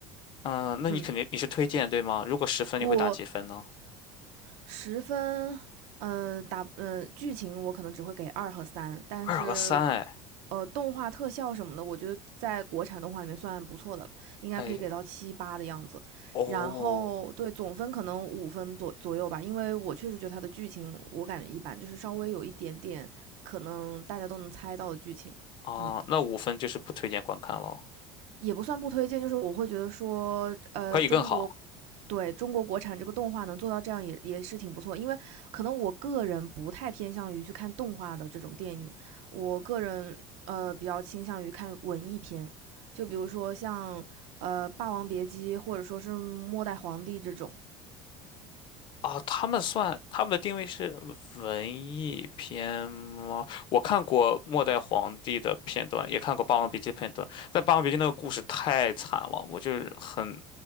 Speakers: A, on the left (about 40°); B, on the right (about 65°).
A: 嗯，那你肯定你是推荐对吗？
B: 嗯，
A: 如果十分，
B: 我
A: 你会打几分呢？
B: 十分，嗯打，嗯剧情我可能只会给二和三，但是
A: 二和三，哎，
B: 呃，动画特效什么的，我觉得在国产动画里面算不错的了，应该可以给到七八的样子。
A: 哎，哦，
B: 然后对总分可能五分左左右吧，因为我确实觉得它的剧情我感觉一般，就是稍微有一点点可能大家都能猜到的剧情，
A: 啊，
B: 嗯，
A: 那五分就是不推荐观看了，
B: 也不算不推荐，就是我会觉得说，呃，
A: 可以更好
B: 中国对中国国产这个动画能做到这样也也是挺不错，因为可能我个人不太偏向于去看动画的这种电影，我个人呃比较倾向于看文艺片，就比如说像呃《霸王别姬》或者说是《末代皇帝》这种
A: 啊。他们算他们的定位是文艺片吗？我看过《末代皇帝》的片段，也看过《霸王别姬》的片段，但《霸王别姬》那个故事太惨了，我就是很，